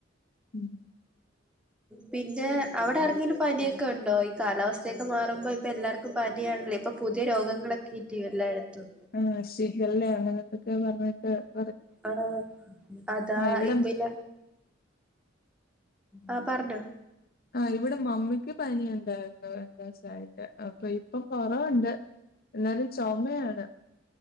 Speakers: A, on the left; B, in the centre.
A: ഉം
B: പിന്നെ അവിടാർക്കെങ്കിലും പനിയൊക്കെയുണ്ടോ? കാലാവസ്ഥയൊക്കെ മാറുമ്പോ ഇപ്പൊ എല്ലാർക്കും പനിയാണല്ലോ ഇപ്പൊ പുതിയ രോഗങ്ങളൊക്കെ ഇല്ലയോ എല്ലായിടത്തും
A: ആഹ് ശീഖല്ലേ അങ്ങനെ എന്തൊക്കെ പറഞ് കേട്ട്
B: ആണോ? അതാ
A: ഇവിടെ
B: ഇപ്പയില്ല ആഹ് പറഞ്ഞോ
A: ആഹ് ഇവിടെ മമ്മിക്ക് പനിയുണ്ടായിരുന്നു രണ്ടൂസായിട്ട് അപ്പൊ ഇപ്പൊ കൊറവുണ്ട് എന്നാലും ചൊമയാണ്